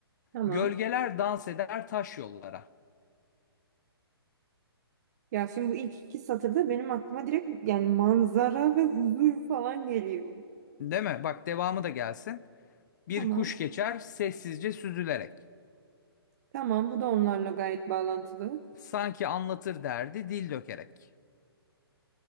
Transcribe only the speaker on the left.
Gölgeler dans eder taş yollara.
Değil mi? Bak devamı da gelsin. Bir
kuş geçer sessizce süzülerek.
Sanki anlatır derdi dil dökerek.